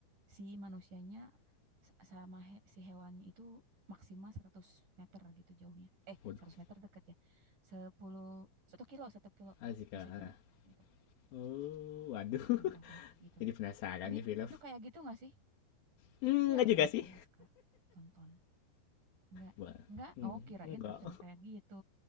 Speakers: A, on the right; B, on the left.
A: si manusianya sama he- si hewannya itu maksimal seratus meter gitu jauhnya eh
B: Waduh,
A: 100 meter dekat ya Sepuluh, satu kilo satu kilo
B: asik ah.
A: bisa jauh gitu
B: Oh, waduh. <laughs>
A: contohnya gitu
B: Jadi penasaran
A: ini
B: nih film.
A: itu kayak gitu nggak sih
B: Hmm,
A: iya
B: enggak
A: Gold
B: juga sih.
A: Kompas Kak tonton nggak
B: Wah,
A: nggak
B: hmm,
A: oh kirain
B: enggak.
A: attempt kayak gitu